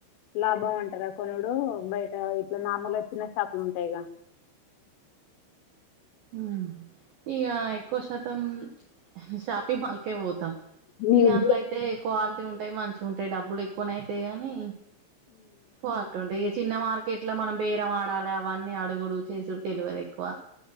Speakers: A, on the left; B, on the right.
A: లాభం అంటారా కొనుడు బయట ఇట్లా నార్మల్గా చిన్న షాపులు ఉంటాయిగా
B: మ్ ఇక ఎక్కువ శాతం షాపింగ్ మాల్కే పోతాం
A: ఉమ్
B: ఇగ అందులో అయితే క్వాలిటీ ఉంటాయి మంచి ఉంటాయి డబ్బులు ఎక్కువనయితయి కాని క్వాలిటీ ఉంటాయి ఇక చిన్న మార్కెట్ లో మనం బేరం ఆడాల అవన్నీ అడుగుడు చేసుడు తెలవదు ఎక్కువ